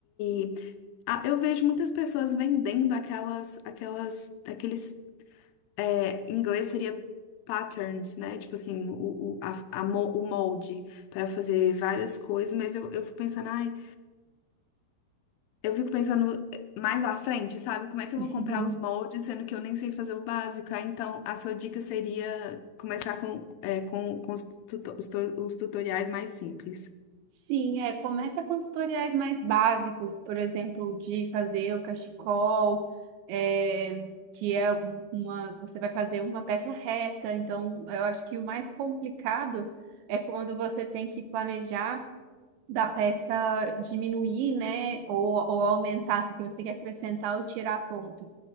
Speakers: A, on the left; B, on the right.
A: YouTube e- ah, eu vejo muitas pessoas vendendo aquelas, aquelas, aqueles É, em inglês seria patterns, né? Tipo assim, o, o, a- a mo- o molde para fazer várias coisas, mas eu, eu fico pensando, ai, eu fico pensando eh, mais à frente, sabe? Como é que eu
B: <laughs>
A: vou comprar os moldes, sendo que eu nem sei fazer o básico? Ah, então, a sua dica seria começar com, é, com, com os, tuto- os tu- os tutoriais mais simples.
B: Sim, é, começa com tutoriais mais básicos, por exemplo, de fazer o cachecol, é, que é uma, você vai fazer uma peça reta, então eu acho que o mais complicado é quando você tem que planejar da peça diminuir, né, ou, ou aumentar, porque você quer acrescentar ou tirar ponto.